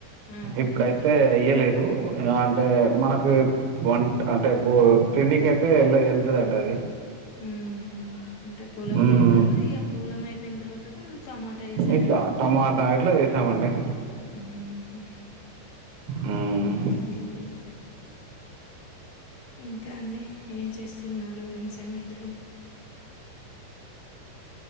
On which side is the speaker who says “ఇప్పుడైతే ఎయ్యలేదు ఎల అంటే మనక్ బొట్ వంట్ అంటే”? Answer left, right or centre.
Right